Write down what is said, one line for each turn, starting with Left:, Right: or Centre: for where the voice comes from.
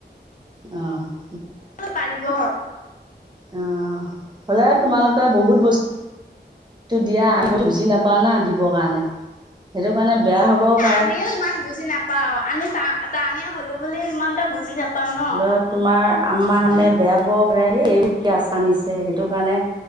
Right: অ'
Left: পাৰিব
Right: অ হ'লে তোমালোকে বহুত বস্তু সেটো দিয়া আমি বুজি নাপাও না দিবৰ কাৰণে সেইটো কাৰণে বেয়া হ'বও পাৰে
Left: আমিও ইমান বুজি নাপাও আমি টানি হলো বুলি ইমান এটা বুজি নাপাও ন
Right: ল তোমাৰ আম্মা হানে বেয়া পাব পাৰে এই এইবোৰ কি আচাৰ নিছে সেইটো কাৰণে